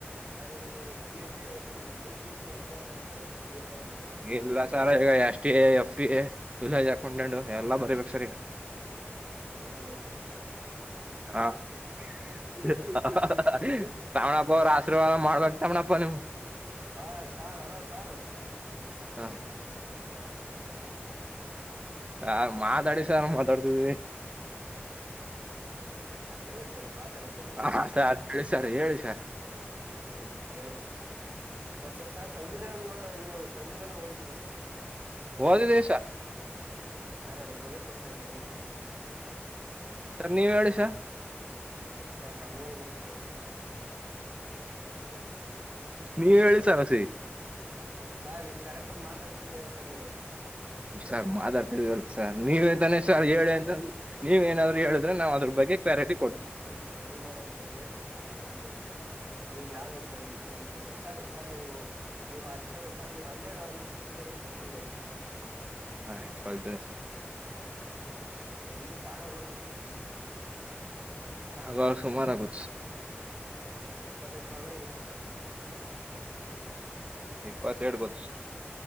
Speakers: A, on the right (about 45°); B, on the right (about 30°).
A: ಸರ್ ಈಗ ನೀವು ಪಿ ಎಸ್ ಐ ಪಿ ಬರಿ ಪಿಸ್ ಸಿ ಎಕ್ಸ್ಟ್ರಾ ಸರ್ ಬರ ಬರ್ಯದ ನೀವು ಪಿ ಎಸ್ ಐ ಎಕ್ಸಾಮ್? ಬರಲ್ವಾ
B: ಇಲ್ಲ ಸರ್ ಈಗ S D A F D A village accountant ಎಲ್ಲಾ ಬರಿಬೇಕ ಸರ್ ಈಗ.
A: ಎಲ್ಲಾನೂ ಬರತಿರಾ ಸರ್?
B: ಹಾ <unintelligible>
A: ಹಾ
B: ಶಾವಣ bore <unintelligible>
A: sir sir hello sir.
B: ಹಾ
A: ಸರ್ ಇಲ್ಲಿ ಕರೆಕ್ಟ್ ಟೈಮ್ ಮಾತಾಡಿ ಸರ್
B: ಸ ಮಾತಾಡಿ ಸರ್ ಮಾತಾಡ್ತಿದ್ವಿ
A: ಹೇಳಿ ಸರ್ ಮಾತಾಡಿ ಸರ್ ನೀಟಾಗಿ
B: ಹ ಸಾರ್ ಹೇಳಿ ಸರ್ ಹೇಳಿ ಸರ್
A: ಹ್ಮ್ ಹೇಳಿ ಸ ಸ ಸಾರ್ ಸಂವಿಧಾನ ನೀವು ಸಂವಿಧಾನ ಓದಿದ್ರ ಸ
B: ಓದಿದೀವಿ ಸರ್
A: ಸರ್ ಅದ್ರ ಬಗ್ಗೆ ಸ್ವಲ್ಪ ನಮಗೂ ಸ್ವಲ್ಪ ಹೇಳಿ ಸರ್
B: ಸರ್ ನೀವ್ ಹೇಳಿಿಸ
A: ಸರ್ ನಮ್ಗೆ ಹೆಂಗಗೆ ಗೊತ್ತ ಸರ್
B: ನೀ ಹೇಳಿ ಸಾಹಸಿ
A: ಸರ್ ಈ ಕರೆಕ್ಟ್ಾಗಿ ಮಾತಾಡ್ತೀರಿ ಏನ್ ಸರ್ ನೀವು
B: ಸರ್ ಮಾತಾಡ್ತಿದವಿವಲ್ಪ ಸರ್ ನೀವ
A: ಹ್ಮ
B: ಸರ್ ಹೇಳಿ ಅಂತಂದ್ರ ನೀವ ಏನಾದ್ರು ಹೇಳಿದ್ರೆ ನಾವವು ಅದ್ರ ಬಗ್ಗೆ ಕ್ವಾರಿಟಿ
A: ಸರ್ ಸಂ
B: ಕೊಡ್ತವಿ
A: ಸಂ ಸಂವಿಧಾನದ ಬಗ್ಗೆ ಸ್ವಲ್ಪ ನಮ್ಗೆ ಹೇಳಿ ಸರ್ ನೀವು್ ಯಾವ್ದಾವ ಕಡೆ ಕಲ್ತಿದ್ದೀರಾ ಸರಿ ಸರ್ ನೀವು ನೀವು ಸರ್ ನೀವು ಹನ್ನೆರಡು ಅನುಸೂಚಿನ್ನ ಕಲ್ತಿದರ ಸರ್
B: ಹಾ ಕಲ್ತ
A: ಸರ್ ಇದು ಭಾಗಗಳು ಸ
B: ಆಗ ಸುಮಾರ ಆಗು
A: ಹ ಸರ್ ಇಪ್ಪತ್ತೈದದು ಭಾಗನೂ ಗೊತ್ತಾ ಸರ್
B: ಇಪ್ಪತ್ತೆರಡು ಗೊತ್ತು ಸರ್